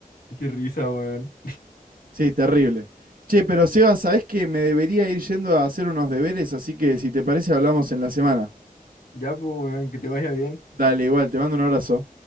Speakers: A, on the left; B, on the right.
A: qué risa, weón.
B: Sí, terrible. Che, pero Seba, ¿sabés que me debería ir yendo a hacer unos deberes? Así que si te parece hablamos en la semana.
A: Ya, pues, weón, que te vaya bien.
B: Dale, igual, te mando un abrazo.